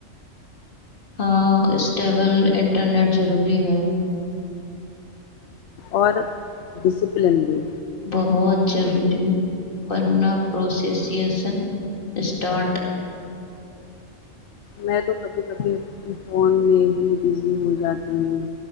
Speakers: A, on the left; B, on the left.
A: ہاں اسٹیبل انٹرنیٹ ضروری ہے
B: اور ڈسپلن بھی
A: بہت ضروری ورنہ پروسیسیشن اسٹارٹ
B: میں تو کبھی کبھی فون میں ہی بزی ہو جاتی ہوں